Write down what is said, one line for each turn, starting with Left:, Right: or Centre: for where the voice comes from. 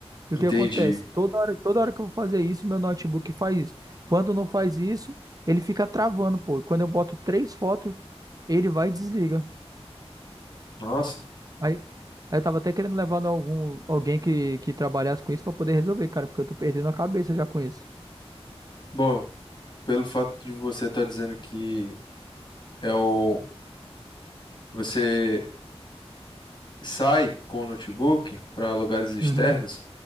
Right: E
Left: Entendi.
Right: o que acontece? Toda hora, toda hora que eu vou fazer isso, meu notebook faz isso. Quando não faz isso, ele fica travando, pô. E Quando eu boto três fotos, ele vai e desliga.
Left: Nossa.
Right: Aí, aí eu tava até querendo levar em algum, alguém que, que trabalhasse com isso pra poder resolver, cara, porque eu tô perdendo a cabeça já com isso.
Left: Bom, pelo fato de você estar dizendo que é o. Você sai com o notebook para lugares externos,
Right: Uhum,